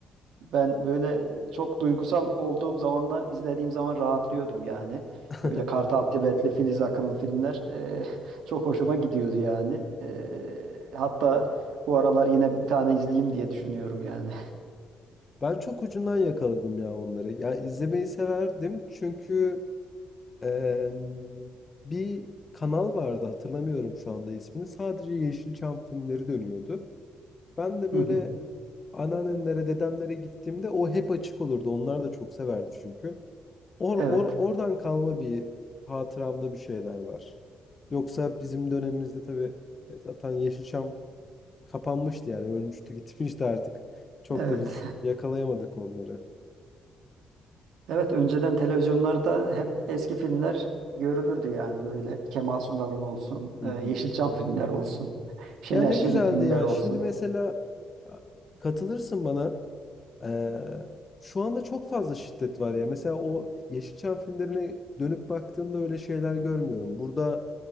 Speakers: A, on the right; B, on the left.
A: e, ben böyle çok duygusal olduğum zamanlar izlediğim zaman rahatlıyordum yani.
B: <laughs>
A: Böyle Kartal Tibetli, Filiz Akınlı filmler e, <laughs> çok hoşuma gidiyordu yani. E, hatta bu aralar yine bir tane izleyeyim diye düşünüyorum yani.
B: Ben çok ucundan yakaladım ya onları. Ya izlemeyi severdim çünkü em, bir kanal vardı hatırlamıyorum şu anda ismini. Sadece Yeşilçam filmleri dönüyordu. Ben de
A: <laughs>
B: böyle
A: Hı hı.
B: anneannemlere, dedemlere gittiğimde o hep açık olurdu. Onlar da çok severdi çünkü. Or,
A: Evet,
B: or, oradan kalma bir hatıramda bir şeyler var. Yoksa bizim dönemimizde tabii e, zaten Yeşilçam kapanmıştı yani ölmüştü gitmişti artık. Çok
A: evet.
B: da biz yakalayamadık onları.
A: Evet, önceden televizyonlarda hep eski filmler görülürdü yani böyle Kemal Sunal'ın olsun,
B: Hı
A: e,
B: hı.
A: Yeşilçam filmler olsun, <laughs> Şener
B: Ya ne
A: Şen'in
B: güzeldi
A: filmleri
B: ya.
A: olsun.
B: Şimdi mesela katılırsın bana. Eee, şu anda çok fazla şiddet var ya. Mesela o Yeşilçam filmlerine dönüp baktığımda öyle şeyler görmüyorum. Burada